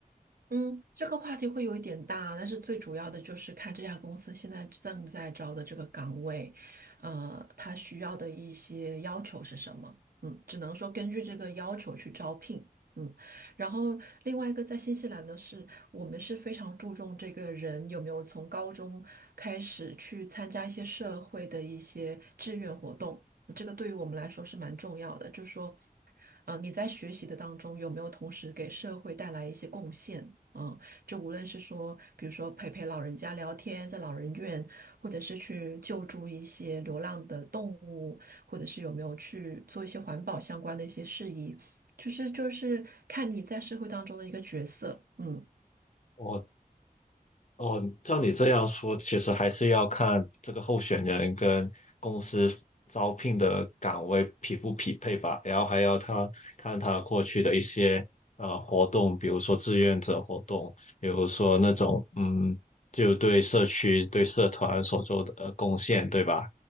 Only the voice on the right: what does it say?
嗯，这个话题会有一点大，但是最主要的就是看这家公司现在正在招的这个岗位，呃，它需要的一些要求是什么。嗯，只能说根据这个要求去招聘。嗯。然后另外一个在新西兰呢，是我们是非常注重这个人有没有从高中开始去参加一些社会的一些志愿活动，这个对于我们来说是蛮重要的。就是说，呃，你在学习的当中有没有同时给社会带来一些贡献？嗯，就无论是说，比如说陪陪老人家聊天，在老人院，或者是去救助一些流浪的动物，或者是有没有去做一些环保相关的一些事宜。就是就是看你在社会当中的一个角色，嗯。